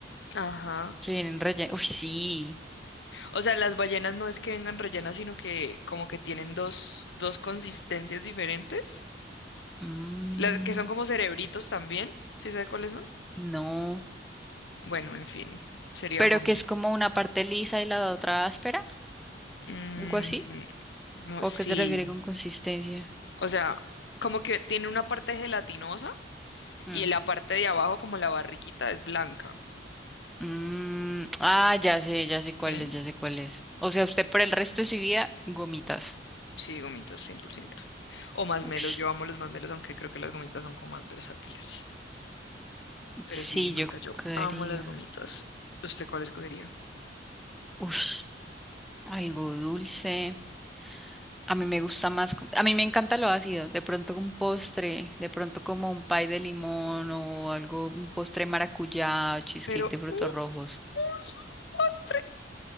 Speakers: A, on the left (about 75°); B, in the centre.
A: Ajá.
B: que vienen rellenas. Uy, sí.
A: O sea, las ballenas no es que vengan rellenas, sino que como que tienen dos, dos consistencias diferentes,
B: Mm,
A: las que son como cerebritos también, ¿sí sabe cuáles son?
B: no.
A: Bueno, en fin, serían
B: Pero
A: gomi.
B: que es como una parte lisa y la otra áspera,
A: Mm,
B: algo así.
A: no,
B: ¿O
A: sí,
B: a qué se refiere con consistencia?
A: o sea, como que tiene una parte gelatinosa
B: Mm.
A: y en la parte de abajo, como la barriguita, es blanca,
B: Mm, ah, ya sé, ya sé
A: ¿sí?
B: cuál es, ya sé cuál es. O sea, usted por el resto de su vida, gomitas.
A: Sí, gomitas, 100%. O masmelos,
B: Ush.
A: yo amo los masmelos, aunque creo que las gomitas son como más versátiles. Pero
B: Sí,
A: sí, marica,
B: yo
A: yo
B: creo.
A: amo las gomitas. ¿Usted cuál escogería?
B: Ush. Algo dulce. A mí me gusta más, co- a mí me encanta lo ácido, de pronto un postre, de pronto como un pie de limón o algo, un postre de maracuyá, o cheesecake
A: pero
B: de frutos
A: un,
B: rojos.
A: un solo postre.